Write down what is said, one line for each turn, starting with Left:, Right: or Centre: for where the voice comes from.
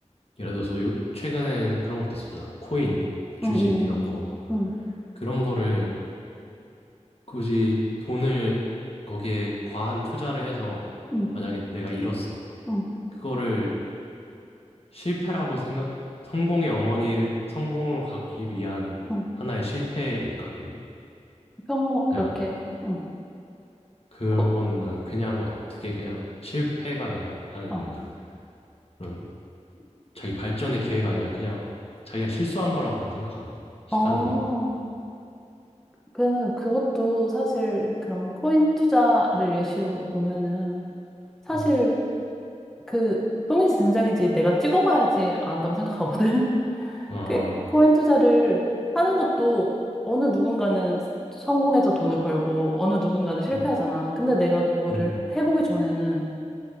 Left: 예를 들어서 요, 최근에 그런 것도 있었잖아. 코인, 주식
Centre: 응, 응,
Left: 이런 거
Centre: 응,
Left: 그런 거를 굳이 돈을 거기에 과한 투자를 해서
Centre: 응, 응,
Left: 만약에 내가 잃었어.
Centre: 응.
Left: 그거를 실패라고 생각, 성공의 어머니를 성공으로 가기 위한
Centre: 응.
Left: 하나의 실패일까, 그게?
Centre: 평소, 그렇게,
Left: 그냥, 어,
Centre: 응,
Left: 그거는
Centre: 꼭,
Left: 난 그냥 어떻게 그냥 실패가 아니라, 아니,
Centre: 어.
Left: 뭐냐, 그런 자기 발전의 기회가 아니라 그냥 자기가 실수한 거라고 난 생각하거든. 시간
Centre: 어,
Left: 낭비.
Centre: 그, 그것도 사실 그런 코인 투자를 예시로 보면은, 사실
Left: 음.
Centre: 그, 똥인지 된장인지 내가 찍어봐야지 안다고 생각하거든.
Left: 아,
Centre: 그 코인 투자를 하는 것도 어느 누군가는 성공해서 돈을 벌고 어느 누군가는 실패하잖아.
Left: 음,
Centre: 근데 내가 그거를
Left: 음,
Centre: 해보기 전에는